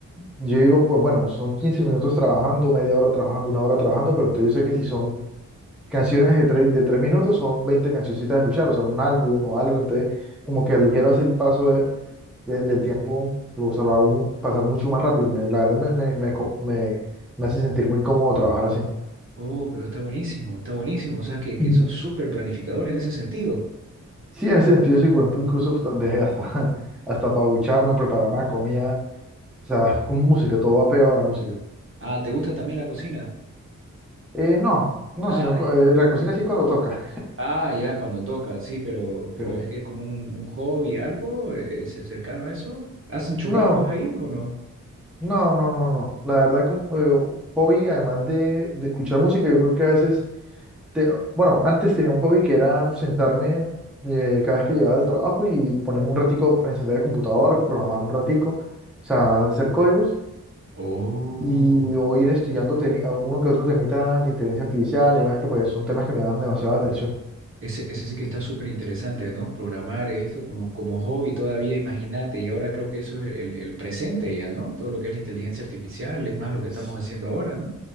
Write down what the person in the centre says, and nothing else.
Yo digo, pues bueno, son 15 minutos trabajando, media hora trabajando, una hora trabajando, pero entonces yo sé que si son canciones de tres de tres minutos, son 20 cancioncitas a escuchar, o sea, un álbum o algo, entonces como que aligero así el paso de- de- del tiempo, o sea, lo hago mu- pasar mucho más rápido. Me- la verdad me, me, me, co- me- me hace sentir muy cómodo trabajar así.
Mm.
Sí, en ese sentido, sí, por ejemplo, incluso hasta- dejé hasta, <laughs> hasta para ducharme, preparar una comida, o sea, con música, todo va pegado a la música.
Eh, no, no,
sino co-
eh, la cocina sí es cuando toca.
<laughs>
No,
no, no, no, no. La verdad, como, eh, hobby, además de, de escuchar música, yo creo que a veces, te- bueno, antes tenía un hobby que era sentarme eh, cada vez que llegaba del trabajo y ponerme un ratico, a encender el computador, programar un ratico, o sea, hacer códigos
y o ir estudiando temi- a uno que otro temita de inteligencia artificial y demás que pues son temas que me llaman demasiada atención.
S-